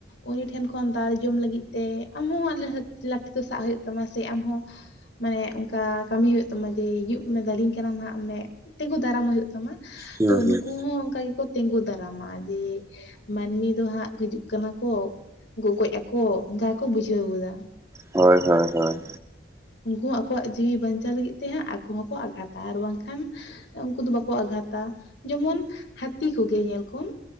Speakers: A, on the left (about 70°); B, on the right (about 15°).
A: ᱩᱱᱤ ᱴᱷᱮᱱ ᱠᱷᱚᱱ ᱫᱟᱞ ᱡᱚᱢ ᱞᱟᱹᱜᱤᱫ ᱛᱮ ᱟᱢ ᱦᱚᱸ ᱞᱟᱹᱴᱷᱤ ᱫᱚ ᱥᱟᱵ ᱦᱩᱭᱩᱜ ᱛᱟᱢᱟ ᱥᱮ ᱟᱢ ᱦᱚᱸ ᱢᱟᱱᱮ ᱚᱱᱠᱟ ᱠᱟᱹᱢᱤ ᱦᱳᱭᱳᱜ ᱛᱟ ᱢᱟ ᱡᱮ ᱦᱤᱡᱩᱜ ᱢᱮ ᱫᱟᱞᱤᱧ ᱠᱟᱱᱟᱢ ᱦᱟᱸᱜ ᱢᱟᱱᱮ ᱛᱤ ᱜᱩ ᱫᱟᱨᱟᱢ ᱮ ᱦᱳᱭᱳᱜ ᱛᱟᱢᱟ᱾
B: ᱦᱩᱸ
A: ᱛᱚ
B: ᱦᱩᱸ
A: ᱱᱩᱠᱩ ᱦᱚᱸ ᱚᱱᱠᱟ ᱜᱮ ᱠᱚ ᱛᱤᱸᱜᱩ ᱫᱟᱨᱟᱢᱟ ᱡᱮᱼᱼ ᱢᱟᱹᱱᱢᱤ ᱫᱚ ᱦᱟᱸᱜ ᱦᱤᱡᱩᱜ ᱠᱟᱱᱟ ᱠᱚ ᱜᱚᱜᱚᱡ ᱟᱠᱚ ᱚᱱᱠᱟ ᱜᱮ ᱠᱚ ᱵᱩᱡᱷᱟᱹᱣ ᱜᱮᱭᱟ᱾
B: ᱦᱮᱸ ᱦᱮᱸ ᱦᱮᱸ
A: ᱩᱱᱠᱩ ᱦᱚᱸ ᱟᱠᱚ ᱣᱟᱜ ᱡᱤᱣᱤ ᱵᱟᱧ ᱪᱟᱣ ᱞᱟᱹᱜᱤᱫ ᱛᱮ ᱦᱟᱸᱜ ᱟᱠᱚ ᱦᱚᱸ ᱠᱚ ᱟᱜᱷᱟᱛᱟ ᱟᱨ ᱵᱟᱝ ᱠᱷᱟᱱ ᱩᱱᱠᱩ ᱫᱚ ᱵᱟ ᱠᱚ ᱟᱜᱷᱟᱛᱟ ᱡᱮᱢᱚᱱᱼᱼ ᱦᱟᱹᱛᱤ ᱠᱚ ᱜᱮ ᱧᱮᱞ ᱠᱚᱢ